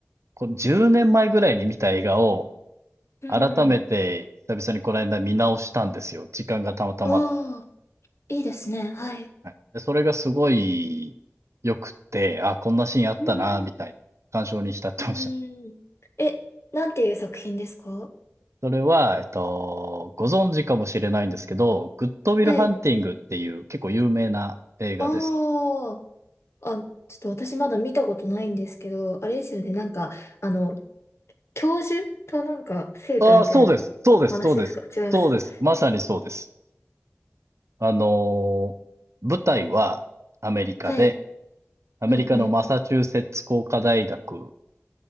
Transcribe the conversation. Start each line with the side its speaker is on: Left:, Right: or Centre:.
Right: こ10年前ぐらいに見た映画を、
Left: うんうん。
Right: 改めて、久々にこの間見直したんですよ。時間がたまたま。
Left: ああ、いいですね。はい。
Right: はいで、それがすごい良くて、あ、こんなシーンあったな、
Left: うん。
Right: みたいな、感傷に浸ってました。
Left: うん。え、なんていう作品ですか
Right: それは、えっと、ご存知かもしれないんですけど、グッドウィルハンティングっていう結構有名な映画です。
Left: はい。ああ、あ、ちょっと私まだ見たことないんですけど、あれですよね。なんか、あの、教授となんか生徒みたいな話ですか違います
Right: ああ、そうです。そうです。そうです。そうです。まさにそうです。あのー舞台はアメリカで、
Left: はい。
Right: アメリカのマサチューセッツ工科大学
Left: うんうん。